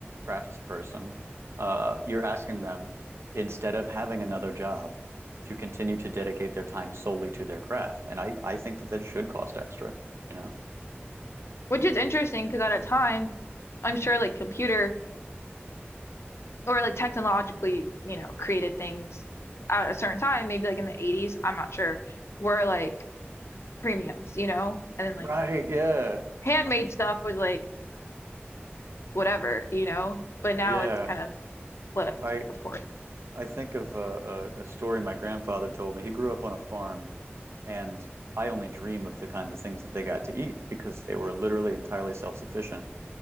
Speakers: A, on the right; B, on the left.
A: craftsperson, uh, you're asking them, instead of having another job, to continue to dedicate their time solely to their craft. And I, I think that that should cost extra, you know?
B: which is interesting because at a time i'm sure like computer or like technologically you know created things at a certain time maybe like in the 80s i'm not sure were like premiums you know and then like
A: Right, yeah.
B: handmade stuff was like whatever you know but now
A: Yeah.
B: it's kind of flipped
A: I
B: of course
A: I think of a, a, story my grandfather told me. He grew up on a farm, and I only dream of the kind of things that they got to eat because they were literally entirely self-sufficient.